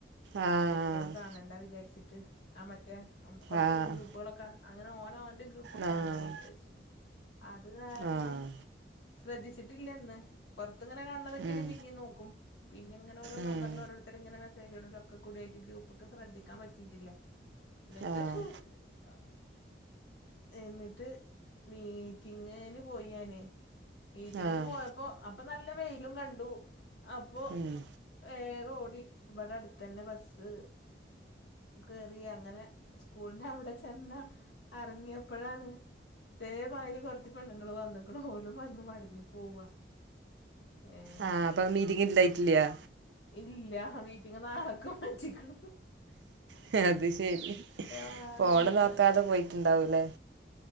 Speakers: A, on the right; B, on the left.
A: ആഹ്
B: എപ്പഴും കാണണ്ട വിചാരിച്ചിട്ട് ആഹ് മറ്റേ ഉം കൊറച്ച്
A: ആഹ്
B: ഗ്രൂപ്പുകളൊക്കെ ഓന് ഓന്റെ ഗ്രൂപ്പ്‌ ഒക്കെ
A: ആഹ്
B: അങ്ങനെ ഇ ച്ചിടും അത് കാരണം
A: ആഹ്
B: ശ്രദ്ധിച്ചിട്ടില്ലന്ന് പുറത്തങ്ങനെ ക അതൊക്കെന്നെ
A: ഉം
B: പിന്നെയും നോക്കും പിന്നിങ്ങാനെ ഓരോ
A: ഉം
B: നമ്പറിൽ ഇവര് ഇങ്ങനെ മെസേജുകളൊക്കെ കൂടി ഗ്രൂപ്പ് ഒക്കെ ശ്രധിക്കാൻ പറ്റിട്ടില്ല !
A: ആഹ്
B: !!!!!!!!! എന്നിട്ട് മീറ്റിങ്ങിന് പോയി ഞാന് മീറ്റിങ്ങിന്
A: ആഹ്
B: പോയപ്പോ ഇപ്പ നല്ല വെെലും കണ്ടു അപ്പൊ
A: ഉം
B: വേഗം ഓടി ഇവിടെ അടുത്തന്നെ ബസ് കേറിയങ്ങനെ സ്കൂളിന്റെ അവിടെ ചെന്ന് അറിഞ്ഞയപ്പോഴാണ് തേമാതിരി കൊറച്ച് പെണ്ണങ്ങങ്ങള് വന്നുക്കുണു ഓലും വന്ന് മടങ്ങി പോവാ ഏഹ്
A: ആഹ് അപ്പൊ മീറ്റിംഗ് ഇണ്ടായിട്ടില് യാ
B: ഇല്ല മീറ്റിംഗ് നാളേക്ക് മാറ്റികുണു
A: ട്ടത് ശരി
B: മാതിരി
A: ഫോണ്
B: ഇങ്ങോട്ട്
A: നോക്കാതെ പോയ്ട്ട്ണ്ടാവൂലേ